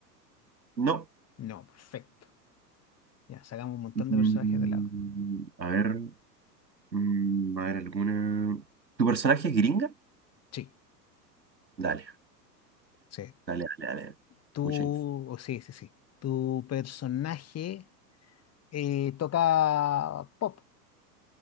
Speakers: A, on the right (about 90°); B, on the left (about 30°).
A: No.
B: No, perfecto. Ya, sacamos un montón
A: Mm,
B: de personajes de lado.
A: a ver, mm, a ver alguna. ¿Tu personaje es gringa?
B: Sí,
A: Dale,
B: sí.
A: dale, dale, dale.
B: tú
A: Mucha info.
B: oh, sí, sí, sí. ¿Tu personaje eh, toca pop?